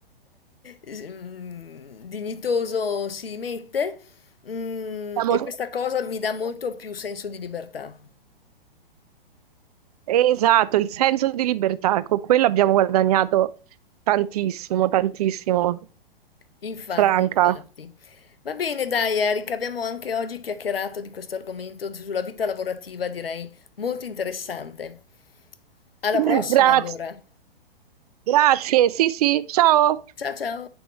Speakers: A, on the left; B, on the right.
A: mm, dignitoso si mette mm,
B: Siamo...
A: e questa cosa mi dà molto più senso di libertà.
B: Esatto, il senso di libertà, con quello abbiamo guadagnato tantissimo, tantissimo,
A: Infatti,
B: Franca.
A: infatti. Va bene, dai, Eric, abbiamo anche oggi chiacchierato di questo argomento sulla vita lavorativa, direi molto interessante. Alla
B: <laughs>
A: prossima,
B: Grazie,
A: allora.
B: grazie, sì, sì, ciao.
A: Ciao ciao.